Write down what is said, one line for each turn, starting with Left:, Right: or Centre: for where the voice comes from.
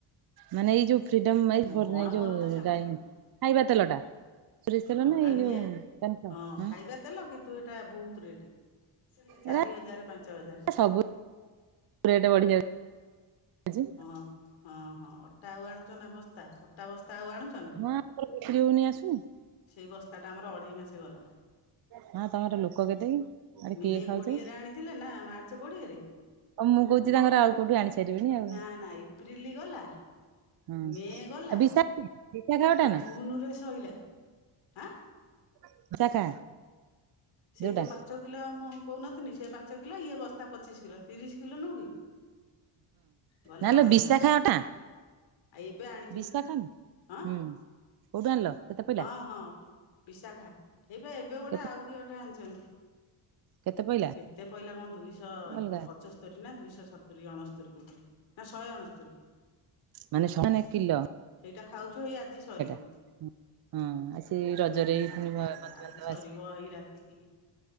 Right: ମାନେ ଏଇ ଯୋଉ ଫ୍ରିଡମ୍ ଏଇ
Left: ମୁଁ
Right: <inaudible>
Left: କଣ
Right: ଏଇ
Left: ମୋର
Right: ଯୋଉ
Left: ତ ସାଙ୍ଗେ
Right: ଯାଇଁ
Left: ସାଙ୍ଗେ
Right: ଖାଇବା ତେଲଟା। ସୋରିଷ ତେଲ
Left: ହଁ
Right: ନା
Left: ଆଉ
Right: ଏଇ
Left: ଇଏ
Right: ଯୋଉ ସନ୍ ଫ୍ଲାୱାର?
Left: ହଁ ଖାଇବା
Right: ଉଁ।
Left: ତେଲ କିନ୍ତୁ ହଜଟା ବହୁତ ରେଟ୍, ଚାରି
Right: ଏରା
Left: ହଜାର ପାଞ୍ଚ ହଜାର।
Right: ସବୁ ରେଟ୍ ବଢି। <unintelligible> ଜି।
Left: ହଁ ହଁ ହଁ ଅଟା ଆଉ ଆଣୁଛ ନା ବସ୍ତା ଅଟା ବସ୍ତା ଆଉ ଆଣୁଛ ନା?
Right: ମାଁର ବିକିରି ହଉନି ଆସୁନି?
Left: ସେଇ ବସ୍ତାଟା ଆମର ଅଢ଼େଇ ମାସେ ଗଲା।
Right: ହଁ ତମର ଲୋକ କେତେ କି? ଆରେ
Left: ମେ
Right: କିଏ ଖାଉଚି?
Left: କୋଡ଼ିଏରେ ଆଣିଥିଲେ ନା ମାର୍ଚ୍ଚ କୋଡିଏରେ?
Right: ଆଉ ମୁଁ କହୁଛି ତାଙ୍କର ଆଉ କୋଉଠୁ ଆଣି ସାରିବେଣି ଆଉ
Left: ନା ନା ଏପ୍ରିଲ୍ ଗଲା
Right: ହଁ
Left: ମେ ଗଲା
Right: ଆଉ ବିଶାଖା ବିଶାଖା ଅଟା
Left: ଏଇ
Right: ନା
Left: ଜୁନରେ ଶୋଇଲା। ଆ
Right: <unintelligible>
Left: ସେଇ
Right: ଯୋଉଟା
Left: ଯୋଉ ପାଞ୍ଚ କିଲୋ ମୁଁ କହୁନଥିଲି ସେ ପାଞ୍ଚ କିଲୋ ଇଏ ବସ୍ତା ପଚିଶ କିଲୋ ତିରିଶ କିଲୋ ନୁହଁ କି। ଗଲା
Right: ନାଲୋ
Left: ଅଢେଇ
Right: ବିଶାଖା
Left: ମାସ
Right: ଅଟା।
Left: ଏବେ ଆଣିଛନ୍ତି
Right: ବିଶାଖା ନା
Left: ହଁ।
Right: ହୁଁ କୋଉଠୁ ଆଣିଲ? କେତେ ପଇଲା
Left: ହଁ ହଁ ବିଶାଖା ଏଇବା ଏବେ ଗୋଟେ
Right: କେତେ
Left: ଆଉ କି ଅଟା ଆଣିଛନ୍ତି।
Right: କେତେ ପଇଲା?
Left: କେତେ ପଇଲା କଣ, ଦୁଇଶହ ଏକ
Right: ଅଲଗା
Left: ପଚ ପଚସ୍ତରି ନା ଦୁଇଶହ ସତୁରି, ଅଣସ୍ତରି କହୁଥିଲେ, ନା ଶହେ ଅଣସ୍ତରି।
Right: ମାନେ ସମାନ କିଲ
Left: ସେଇଟା ଖାଉଛୁ ହେଇ ଆଜି ସରିବ।
Right: ହଁ ଆଉ ସେ ରଜରେ
Left: ହୁଁ ପାଞ୍ଚକିଲିଆ
Right: ପୁଣି ବନ୍ଧୁବାନ୍ଧବ
Left: ଟା, ଆଜି ସରିବ
Right: ଆସିବେ
Left: ହେଇ ରାତି ଏତିକି